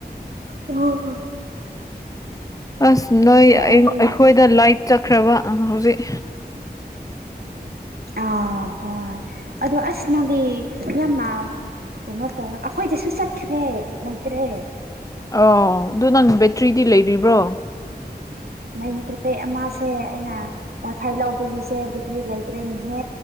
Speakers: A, on the right; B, on the left.
A: ꯑꯣ
B: ꯑꯁ ꯅꯣꯏ ꯑꯩ
A: ꯑꯩꯁꯨ
B: ꯑꯩꯈꯣꯏꯗ ꯂꯣꯏꯠ ꯆꯠꯈ꯭ꯔꯕ ꯍꯧꯖꯤꯛ
A: ꯑ ꯍꯣꯏ ꯑꯗꯣ ꯑꯁ ꯅꯪꯗꯤ ꯌꯥꯝꯃ ꯀꯩꯅꯣ ꯇꯧꯋꯦ ꯑꯩꯈꯣꯏꯗꯁꯨ ꯆꯠꯈ꯭ꯔꯦ ꯂꯩꯇ꯭ꯔꯦ
B: ꯑꯣ ꯗꯨ ꯅꯪ ꯕꯦꯇ꯭ꯔꯤꯗꯤ ꯂꯩꯔꯤꯕ꯭ꯔꯣ
A: ꯂꯩꯇ꯭ꯔꯦ ꯑꯃꯁꯦ ꯑꯩꯅ ꯋꯥꯏꯐꯥꯏ ꯂꯧꯕꯒꯤꯁꯦ ꯕꯦꯇ꯭ꯔꯤ ꯂꯩꯇ꯭ꯔꯦꯅꯦꯍꯦ